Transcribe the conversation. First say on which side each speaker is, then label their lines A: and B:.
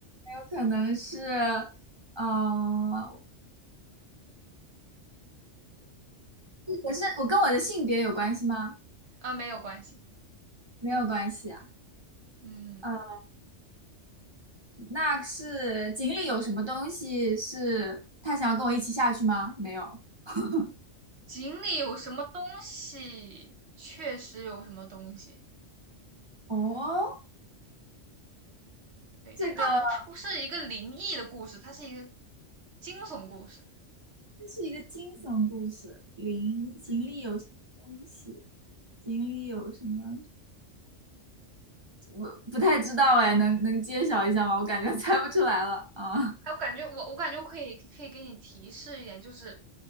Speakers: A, on the right; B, on the right.
A: 有可能是，嗯、我我是我跟我的性别有关系吗？
B: 啊，没有关系，
A: 没有关系啊。
B: 嗯，
A: 嗯，那是井里有什么东西是他想要跟我一起下去吗？没有。<laughs>
B: 井里有什么东西，确实有什么东西，
A: 哦，
B: 对，
A: 这个
B: 它大不，它不是一个灵异的故事，它是一个惊悚故事，
A: 这是一个惊悚故事。林井里有什么东西？
B: 嗯。
A: 井里有什么？我不太知道哎，能能揭晓一下吗？我感觉猜不出来了啊。
B: 哎，我感觉我我感觉我可以可以给你提示一点，就是